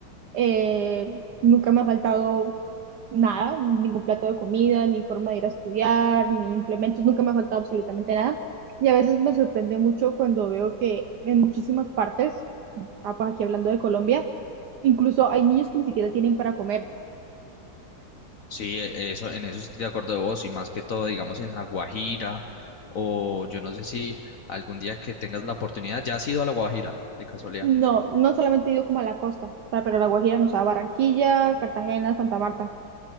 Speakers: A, on the right (about 70°); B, on the left (about 55°).
A: Eh, nunca me ha faltado nada, ningún plato de comida, ni forma de ir a estudiar, ni implementos, nunca me ha faltado absolutamente nada. Y a veces me sorprende mucho cuando veo que en muchísimas partes, ah, pues aquí hablando de Colombia, incluso hay niños que ni siquiera tienen para comer.
B: Sí, e- eso, en eso estoy de acuerdo de vos, y más que todo, digamos, en La Guajira, o yo no sé si algún día que tengas la oportunidad, ¿ya has ido a La Guajira, de casualidad?
A: No, no solamente he ido como a la costa, o sea, pero la Guajira, nos da Barranquilla, Cartagena, Santa Marta.